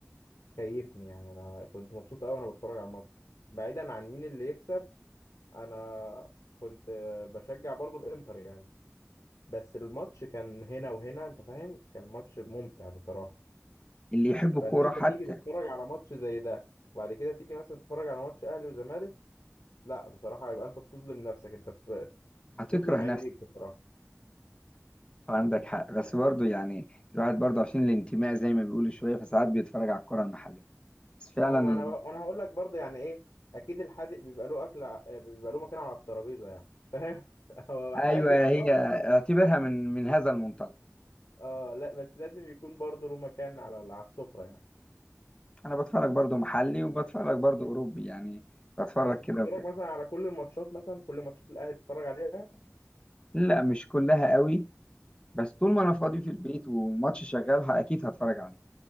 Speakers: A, on the left; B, on the left.
A: كيفني يعني انا كنت مبسوط قوي وانا بتفرج على الماتش بعيدا عن مين اللي يكسب انا كنت بشجع برضو الانتر يعني بس الماتش كان هنا وهنا انت فاهم كان ماتش ممتع بصراحه
B: اللي يحب الكوره
A: فان انت
B: حتى
A: تيجي تتفرج على ماتش زي ده وبعد كده تيجي مثلا تتفرج على ماتش اهلي وزمالك لا بصراحه يبقى انت بتظلم نفسك انت بت- بتظلم
B: هتكره
A: عينيك
B: نفسك
A: بصراحه
B: عندك حق بس برضه يعني الواحد برضه عشان الانتماء زي ما بيقولوا شويه فساعات بيتفرج على الكوره المحليه بس فعلا
A: اه ما انا انا هقول لك برضه يعني ايه اكيد الحادق بيبقى له اكل ع- آه، بيبقى له مكان على الترابيزه يعني فاهم <laughs> هو
B: ايوه
A: حادق
B: هي
A: اه بس-
B: اعتبرها من من هذا المنطلق
A: آه، لا بس لازم يكون برضه له مكان على على السفره يعني
B: انا بتفرج برضه محلي وبتفرج برضه اوروبي يعني بتفرج
A: بس
B: كده
A: بتتفرج
B: وكده
A: مثلا على كل الماتشات مثلا كل ماتشات الاهلي بتتفرج عليها
B: لا مش كلها قوي بس طول ما انا فاضي
A: مم.
B: في البيت وماتش شغال ه- اكيد هتفرج عليه